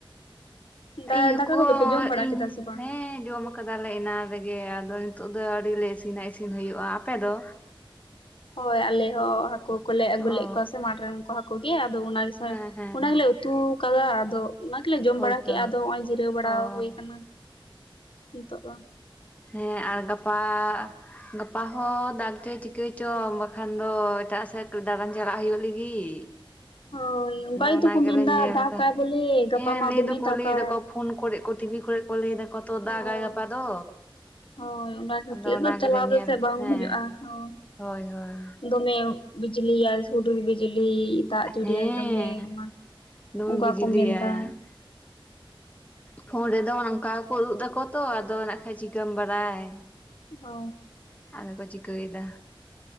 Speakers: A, on the left; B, on the left.
A: ᱫᱟ
B: ᱤᱧ ᱦᱚᱸ
A: ᱫᱟᱠᱟ
B: ᱠᱚ
A: ᱠᱚᱫᱚ ᱯᱮ ᱡᱚᱢ ᱵᱟᱲᱟ
B: ᱤᱧ
A: ᱠᱮᱫᱟ ᱥᱮ ᱵᱟᱝ
B: ᱦᱮᱸ ᱡᱚᱢ ᱟᱠᱟᱫᱟᱞᱮ ᱮᱱᱟᱝ ᱨᱮᱜᱮ ᱟᱫᱚ ᱱᱤᱛᱚᱜ ᱫᱚ ᱟᱹᱣᱨᱤ ᱞᱮ ᱤᱥᱤᱱᱟ ᱤᱥᱤᱱ ᱦᱩᱭᱩᱜᱼᱟ ᱟᱯᱮ ᱫᱚ?
A: ᱦᱳᱭ ᱟᱞᱮ ᱦᱚᱸ ᱦᱟᱹᱠᱩ ᱠᱚᱞᱮ ᱟᱹᱜᱩ
B: ᱚ
A: ᱞᱮᱫ ᱠᱚᱣᱟ ᱥᱮ ᱢᱟᱴᱷ ᱨᱮᱱ ᱩᱱᱠᱩ ᱦᱟᱹᱠᱩ ᱜᱮ ᱟᱫᱚ ᱚᱱᱟ ᱦᱳᱭ
B: ᱦᱮᱸ ᱦᱮᱸ
A: ᱚᱱᱟ ᱜᱮᱞᱮ ᱩᱛᱩ ᱟᱠᱟᱫᱟ ᱟᱫᱚ ᱚᱱᱟ ᱜᱮᱞᱮ ᱡᱚᱢ
B: ᱦᱳᱭᱛᱚ
A: ᱵᱟᱲᱟ ᱠᱮᱫᱼᱟ ᱟᱫᱚ ᱦᱚᱸᱜ ᱚᱭ ᱡᱤᱨᱟᱹᱣ ᱵᱟᱲᱟ
B: ᱚ
A: ᱦᱩᱭ ᱟᱠᱟᱱᱟ ᱱᱤᱛᱚᱜ ᱫᱚ
B: ᱦᱮᱸ ᱟᱨ ᱜᱟᱯᱟ ᱜᱟᱯᱟ ᱦᱚᱸ ᱫᱟᱜ ᱪᱚᱭ ᱪᱤᱠᱟᱹᱭᱪᱚᱝ ᱵᱟᱠᱷᱟᱱ ᱫᱚ ᱮᱴᱟᱜ ᱥᱮᱫ ᱤᱱᱠᱟᱹ ᱫᱟᱲᱟᱱ ᱪᱟᱞᱟᱜ ᱦᱩᱭᱩᱜ ᱞᱟᱹᱜᱤᱫ
A: ᱦᱳᱭ ᱚᱱᱠᱟ
B: ᱟᱫᱚ
A: ᱜᱮᱛᱚ
B: ᱚᱱᱟ
A: ᱠᱚ
B: ᱜᱮᱞᱮ
A: ᱢᱮᱱᱫᱟ
B: ᱧᱮᱞ
A: ᱫᱟᱜᱟᱭ
B: ᱮᱫᱟ
A: ᱵᱚᱞᱮ ᱜᱟᱯᱟ
B: ᱦᱮᱸ
A: ᱢᱟ
B: ᱞᱟᱹᱭ
A: ᱫᱚᱢᱮ
B: ᱫᱚᱠᱚ
A: ᱫᱟᱜᱟ
B: ᱞᱟᱹᱭ ᱮᱫᱟᱠᱚ ᱯᱷᱳᱱ ᱠᱚᱨᱮ ᱠᱚ ᱴᱤᱵᱤ ᱠᱚᱨᱮ ᱚᱠᱚᱭ ᱠᱚ ᱞᱟᱹᱭ ᱮᱫᱟ ᱠᱚ ᱛᱚ
A: ᱦᱳᱭ
B: ᱫᱟᱜᱼᱟᱭ ᱜᱟᱯᱟ ᱫᱚ
A: ᱦᱳᱭ ᱚᱱᱟ ᱠᱷᱟᱹᱛᱤᱨ
B: ᱟᱫᱚ ᱚᱱᱟ
A: ᱫᱚ ᱪᱟᱞᱟᱣ
B: ᱜᱮ ᱞᱮ ᱧᱮᱞ
A: ᱫᱚ ᱥᱮ ᱵᱟᱝ
B: ᱦᱮᱸ
A: ᱦᱩᱭᱩᱜᱼᱟ ᱦᱳᱭ
B: ᱦᱳᱭ ᱦᱳᱭ
A: ᱫᱚᱢᱮ ᱵᱤᱡᱽᱞᱤ ᱭᱟᱭ ᱦᱩᱰᱩᱨ ᱵᱤᱡᱽᱞᱤ ᱫᱟᱜ ᱡᱟᱹᱨᱤ
B: ᱦᱮᱸ
A: ᱭᱟᱭ ᱫᱳᱢᱮ ᱚᱱᱟ
B: ᱫᱚᱢᱮ
A: ᱚᱱᱠᱟ
B: ᱵᱤᱡᱽᱞᱤᱭᱟᱭ
A: ᱠᱩ ᱢᱮᱱ ᱮᱫᱟ
B: ᱯᱷᱳᱱ ᱨᱮᱫᱚ ᱱᱚᱝᱠᱟ ᱜᱮᱠᱚ ᱩᱫᱩᱜ ᱫᱟᱠᱚ ᱛᱚ ᱟᱫᱚ ᱱᱟᱜ ᱠᱷᱟᱱ ᱪᱤᱠᱟᱹᱢ ᱵᱟᱨᱟᱭ
A: ᱦᱚ
B: ᱟᱫᱚ ᱠᱚ ᱪᱤᱠᱟᱹᱭ ᱮᱫᱟ